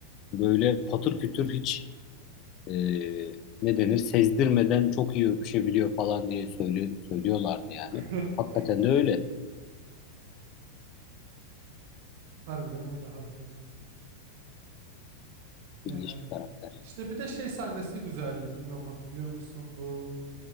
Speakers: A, on the left (about 35°); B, on the right (about 45°).
A: böyle patır kütür hiç e, ne denir sezdirmeden çok iyi öpüşebiliyor falan diye söylüyor, söylüyorlardı yani.
B: <laughs>
A: Hakikaten de öyle.
B: Harbiden öyle harbiden.
A: İlginç
B: Yani.
A: bir karakter.
B: İşte bir de şey sahnesi güzeldi. Bilmiyorum hatırlıyor musun bu